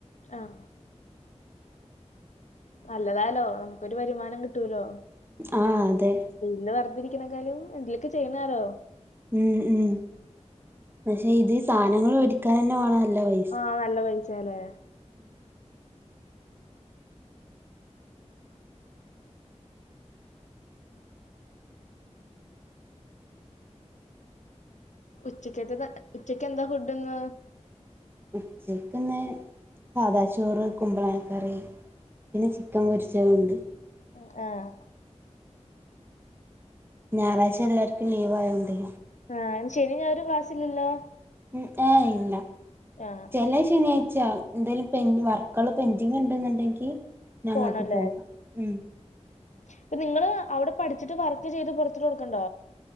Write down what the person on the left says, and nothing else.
ആഹ നല്ലതാലോ നമുക്കൊരു വരുമാനം കിട്ടൂലോ
പിന്ന വെർതിരിക്ക്ണേക്കാളും എന്തേലൊക്കെ ചെയ്യണാരോ
ആഹ നല്ല പൈസെലെ ഉച്ചക്കെതെത് ഉച്ചക്ക് എന്താ ഫുഡ്ന്ന്
ആഹ് ആഹ്
ആഹ് ശനിം ഞായറും ക്ലാസ്സില്ലല്ലോ
ആഹ്
പോണല്ലേ
ഇപ്പൊ നിങ്ങള് അവിടെ പഠിച്ചിട്ട് വർക്ക് ചെയ്ത് പുറത്തോട്ട് കൊട്ക്കുണ്ടോ